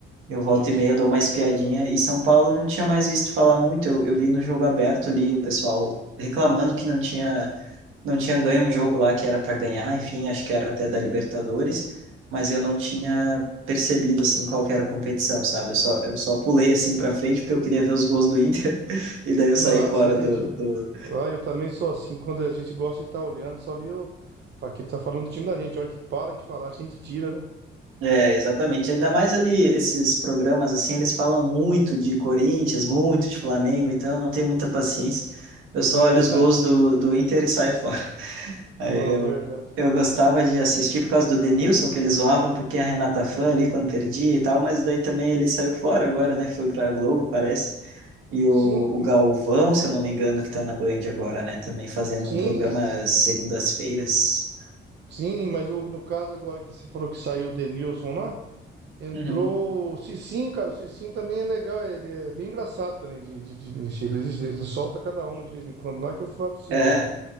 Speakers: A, on the right (about 90°); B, on the right (about 60°).
A: eu volta
B: Isso.
A: e meia dou uma espiadinha. E São Paulo não tinha mais visto falar muito. Eu, eu vi no jogo aberto ali o pessoal reclamando que não tinha, não tinha ganho um jogo lá que era para ganhar, enfim, acho que era até da Libertadores, mas eu não tinha percebido assim qual que era a competição, sabe? Eu só, eu só pulei assim para frente porque eu queria ver os gols do Inter <laughs> e daí eu saí
B: Ah,
A: fora
B: sim, entendi.
A: do, do
B: Ah, eu também sou assim. Quando a gente gosta de estar olhando, só ali o Faquito tá falando do time da gente. A hora que para de falar, a gente tira, né?
A: É, exatamente. Ainda mais ali esses programas assim, eles falam muito de Corinthians, muito de Flamengo, então eu não tenho muita paciência. Eu
B: Verdade.
A: só olho os gols do, do Inter e saio fora. <laughs> Aí
B: Não,
A: eu,
B: verdade.
A: eu gostava de assistir por causa do Denilson, que eles zoavam um pouquinho a Renata Fã ali quando perdia e tal, mas daí também ele saiu fora agora, né? Foi pra Globo, parece. E o,
B: Sim,
A: o Galvão, se eu não me engano, que tá na Band agora, né? Também fazendo
B: sim.
A: um programa às segundas-feiras.
B: Sim, mas o- no caso agora que você falou que saiu o Denilson lá, entrou
A: Uhum.
B: o Cicinho, cara. O Cicinho também é legal, ele é bem engraçado também de, de, de mexer. Ele, ele solta cada uma de vez em quando lá que eu falo pra você,
A: É,
B: cara.